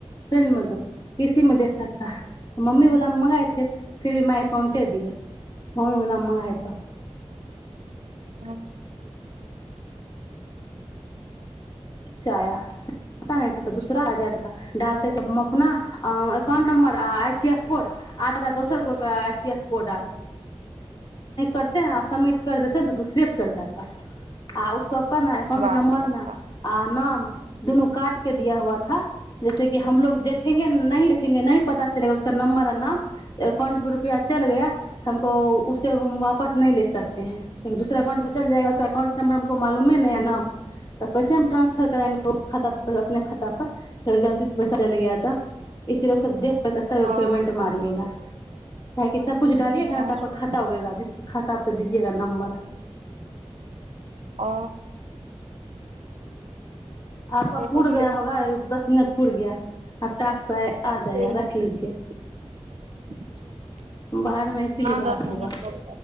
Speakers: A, on the left; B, on the right.
A: फ्रेंड में दो इसी में दे सकता है मम्मी बला मे मंगाएथे फिर भी माय एकाउंटे दियए मम्मी बला मे मंगााय तो
B: ह
A: तऽ दसराा डालतेथ अपना अाउंट नम्बर आ आई सी एफ कोड आता थ दोसर को आई सी एफ कोड आर करते सबमिट कर देते तऽ दूसरे पर चल जाता आ ओ सब ने एकाउंट
B: बात
A: नम्बर
B: बता
A: ने आर नाम दुनू काट के दिया हुआथ जैसे कि हमलो देखेंगे नहि देखेंगे नहि पता चलगा उक नं्बर आ नाम अाउंट पर रू भ अच्ा लगैय तऽ हमको उस हम वापस नहि ले सकेै कआि दूसरा अकाउंट पर चल जाएगा उसो अकाउंट नंबर हमको मालूम ह न या नाम तब कैसे हम ट्रंसफर कराएंगे उस खाता पर अपने खाता परर गलती से पैसा चल ग ता इसीलए सब देख कतब
B: हँ
A: पेमेन्ट मारियएगा क कि सब कु डालियगा
B: हँ
A: ने तपक खा होगेग जिस ख तपे दीजेगा नम्बर
B: ओ
A: आपक पूुर
B: बच्चे
A: गय होगा दस मिनट पुर गय आब ाक आ जाएगा
B: ठीक
A: रख लीजए
B: <unintelligible>
A: बारमें इसीलए
B: हाँ दस
A: बात
B: मिनट
A: हा
B: हो गए।